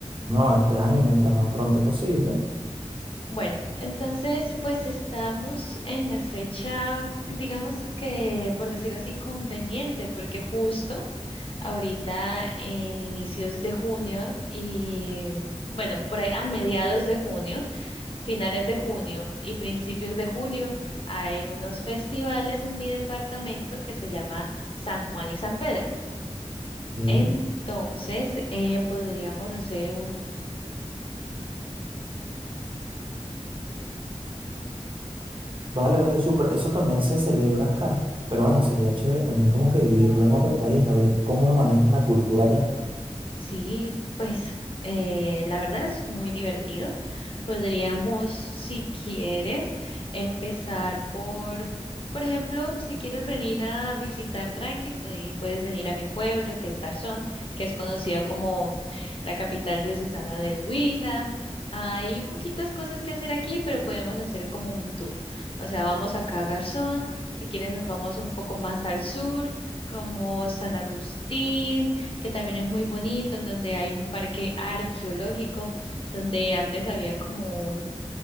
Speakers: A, on the right; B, on the left.
A: No, este año, mientras más pronto posible.
B: Bueno, entonces pues estamos en la fecha, digamos que por decirlo así, conveniente, porque justo... ahorita en inicios de junio y bueno, por ahí a mediados de junio, finales de junio y principios de julio hay unos festivales en mi departamento que se llama San Juan y San Pedro.
A: Ok.
B: Entonces, eh, podríamos hacer
A: Vale, vale, súper. Eso también se celebra acá, pero bueno, sería chévere también como que vivirlo en otro país, a ver cómo manejan la cultura allá.
B: Sí, pues eh, la verdad es muy divertido. Podríamos, si quieres, empezar por, por ejemplo, si quieres venir a visitar Tranqui, pues, puedes venir a mi pueblo, que es Garzón, que es conocida como la capital diocesana del Huila. Hay poquitas cosas que hacer aquí, pero podemos hacer como un tour. O sea, vamos acá a Garzón, si quieres nos vamos un poco más al sur, como San Agustín que también es muy bonito, en donde hay un parque arqueológico, donde antes había como,